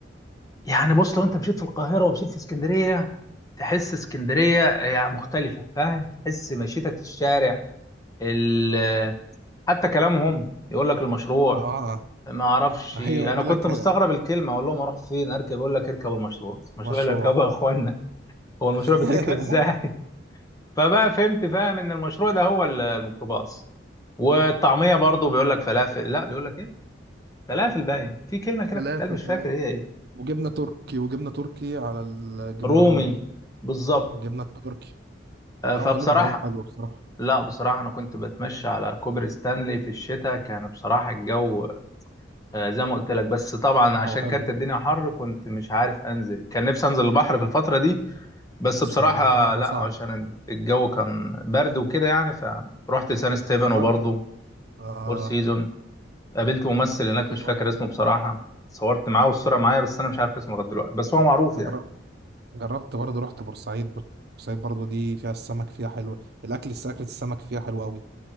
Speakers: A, on the left; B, on the right.
A: يعني بص لو انت مشيت في القاهره ومشيت في اسكندريه تحس اسكندريه يعني مختلفه فاهم تحس مشيتك في الشارع ال... حتى كلامهم يقول لك المشروع
B: اه اه
A: ما اعرفش
B: ايوه
A: انا
B: بقول
A: كنت
B: لك تح-
A: مستغرب الكلمه اقول لهم اروح فين اركب يقول لك اركب المشروع المشروع
B: مشروع
A: اللي اركبه يا اخوانا هو المشروع
B: <laughs>
A: بيتركب ازاي فبقى فهمت فاهم ان المشروع ده هو ال- الميكروباص والطعميه برضو بيقول لك فلافل لا بيقول لك ايه فلافل باين في كلمه كده
B: فلافل
A: بتتقال مش
B: فلافل
A: فاكر هي ايه
B: وجبنة تركي وجبنة تركي على الجبنة
A: رومي
B: الرومي
A: بالظبط
B: الجبنة التركي
A: آه،
B: لا
A: فبصراحه
B: هم لهم جوهم حلو بصراحة
A: لا بصراحه انا كنت بتمشى على كوبري ستانلي في الشتاء كان بصراحه الجو آه، زي ما قلت لك بس طبعا عشان
B: هو حلو
A: كانت الدنيا حر كنت مش عارف انزل كان نفسي انزل البحر في الفتره دي بس
B: بس
A: بصراحه
B: الموضوع بقى
A: لا
B: صعب
A: عشان الجو كان برد وكده يعني فروحت سان ستيفن
B: جربت
A: وبرضه
B: آه
A: فور سيزون قابلت ممثل هناك
B: أنا فاهمك
A: مش فاكر
B: يا حبيبي
A: اسمه بصراحة صورت معاه والصورة معايا بس أنا مش عارف اسمه لغاية دلوقتي بس هو معروف
B: أنا
A: يعني
B: جر- جربت برضه رحت بورسعيد بورسعيد برضه دي فيها السمك فيها حلو الأكل الس- أكلة السمك فيها حلوة أوي